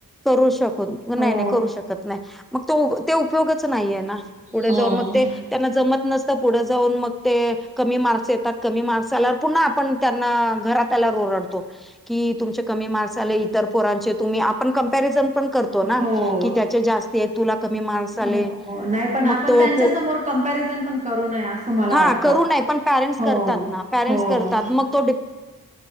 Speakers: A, in the centre; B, on the right (about 20°).
A: करू शकून
B: हो
A: नाही नाही करू शकत नाही मग तो ते उपयोगाच नाहीये ना पुढे
B: हो
A: जाऊन मग ते त्यांना जमत नसतं पुढे जाऊन मग ते कमी मार्क्स येतात कमी मार्क्स आल्यावर पुन्हा आपण त्यांना घातला रतो की तुम कमी मारस आले इतर पोरांचे तुम् आपण कंपरिज पण करत
B: हो
A: की त्या जास् तुला क मार्क्स आले
B: हो नाही पण आपण
A: मग तो
B: त्यांच्या समोर कंपॅरिझन पण करू नये असं मला
A: हा
B: वाटतं
A: कर पण परं
B: हो
A: करतात ना परं
B: हो
A: करतात मग तो